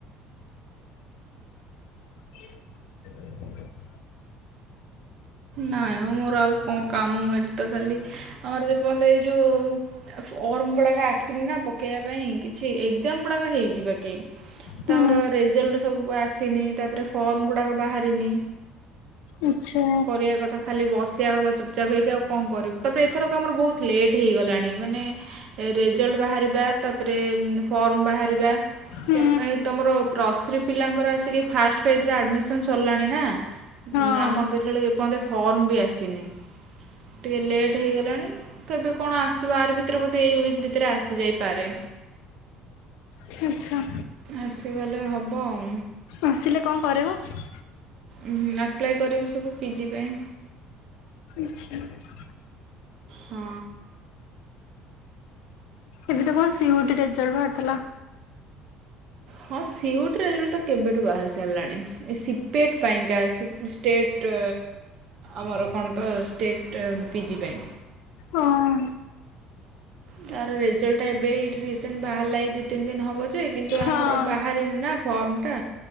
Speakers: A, on the left; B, on the right.
A: ସେ
B: ନାଇଁ ମ ମୋର ଆଉ କଣ କାମ ମୁଁ ଏଇଠି ତ ଖାଲି ଆମର ଯେପର୍ଯ୍ୟନ୍ତ ଏଇ ଯୋଉ ଫର୍ମ ଗୁଡାକ ଆସିନି ନା ପକେଇବା ପାଇଁ କିଛି ଏଗ୍ଜାମ ଗୁଡାକ ହେଇଚି ବାକି।
A: ହୁଁ।
B: ତ ଆମର ରେଜଲ୍ଟ ସବୁ ଆସିନି ତାପରେ ଫର୍ମ ଗୁଡ଼ାକ ବାହାରିନି।
A: ଆଛା।
B: ଏୟା କଥା ଖାଲି ବସିଆ କଥା ଚୁପଚାପ୍ ହେଇକି ତାପରେ ଏଥରକ ଆମର ବହୁତ ଲେଟ୍ ହେଇଗଲାଣି ମାନେ ରେଜଲ୍ଟ ବାହାରିବା ତାପରେ ଫର୍ମ ବାହାରିବା।
A: ହୁଁ
B: ମାନେ ତମର ପ୍ଲସ୍ ଥ୍ରୀ ପିଲାଙ୍କର ଆସିକି ଫାଷ୍ଟ ଫେଜର ଆଡ଼ମିସନ୍ ସରିଲାଣି ନା ନା
A: ହଁ ଆଚ୍ଛା
B: ଆମର ଦେଖିଲା ବେଳକୁ ଟିକେ ଏପର୍ଯ୍ୟନ୍ତ ଫର୍ମ ବି ଆସିନି ଟିକେ ଲେଟ୍ ହେଇଗଲାଣି? କେବ କଣ ଆସିବ ଆରି ଭିତରେ ବୋଧେ ଏଇ ୱକ୍ ଭିତରେ ଆସିଯାଇପରେ?
A: ଆଚ୍ଛା।
B: ଆସିଗଲେ ହବ ଆଉ
A: ଆସିଲେ କଣ କରିବ?
B: ଉଁ ହୁଁ ଆପ୍ଲାଏ କରିବି ସବୁ ପିଜି ପାଇଁ।
A: ଆଚ୍ଛା ଆଚ୍ଛା।
B: ହଁ।
A: ଏବେ ତ କଣ ସି ୟୁ ଟି ରେଜଲ୍ଟ ବାହାରି ଥିଲା।
B: ହଁ ସି ଉ ଟି ରେ ରେଜଲ୍ଟ ତ କେବେଠୁ ବାହାରି ସାରିଲାଣି ଏ ସି ପି ଏ ଟ୍ ପାଇଁକା ସି ପି ଷ୍ଟେଟ ଆମର କଣ ତ ଷ୍ଟେଟ ପିଜି ପାଇଁ
A: ହଁ।
B: ତାର ରେଜଲ୍ଟ ଟା ଏବେ ଏ ରିସେଣ୍ଟ ବାହାରିଲା ଏ ଦି ତିନି ଦିନ ହବ ଯେ କିନ୍ତୁ
A: ହଁ
B: ଆମର ବାହା ରିନି ନା ଫର୍ମଟା